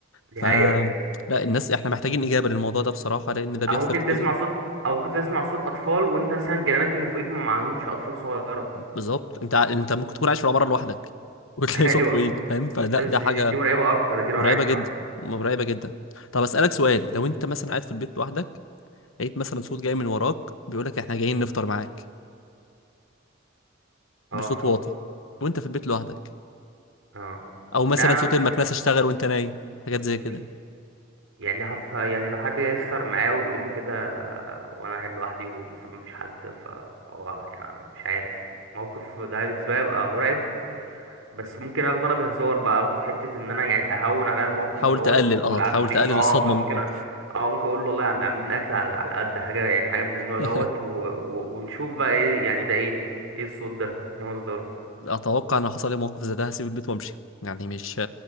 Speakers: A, on the right; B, on the left.
A: دي
B: ف
A: حقيقة
B: لا الناس احنا محتاجين اجابه للموضوع ده بصراحه لان ده بيحصل
A: او ممكن
B: كتير
A: تسمع صوت او ممكن تسمع صوت اطفال وانت مثلا جيرانك اللي فوقيك ما معهمش اطفال صغيرة
B: بالظبط انت ع- انت ممكن تكون عايش في العماره لوحدك <laughs> وتلاقي
A: <laughs> ايوه
B: صوت فوقيك فاهم فلا
A: ده بس
B: ده
A: دي,
B: حاجه
A: دي مرعبة اكتر دي لو
B: مرعبه
A: انا عايش
B: جدا
A: لوحدي
B: مرعبه جدا طب اسالك سؤال لو انت مثلا قاعد في البيت لوحدك لقيت مثلا صوت جاي من وراك بيقول لك احنا جايين نفطر معاك
A: اه
B: بصوت واطي وانت في البيت لوحدك
A: اه
B: او مثلا
A: لا انا
B: صوت
A: مش
B: المكنسه اشتغل وانت نايم حاجات زي
A: مش
B: كده
A: يعني هف يعني لو حد يسهر معايا وبيقول لي كده وانا قاعد لوحدي ومفروض مفيش حد فهو يعني مش عارف الموقف ده بالنسبه لي يبقى مرعب بس ممكن اخده انا بهزار بقى اخده في حته ان انا يعني اهون على الموقف
B: تحاول
A: دوت
B: تقلل اه
A: والعفريت
B: تحاول تقلل
A: اه
B: الصدمه
A: فممكن
B: من الموقف
A: أ... اه ممكن اقول له والله عم عاملين اكل على على قد حاجه يعني حاجه من النوع
B: <laughs>
A: دوت و... و... ونشوف بقى ايه يعني ده ايه ايه الصوت ده ايه مصدره
B: اتوقع ان لو حصل لي موقف زي ده هسيب البيت وامشي يعني مش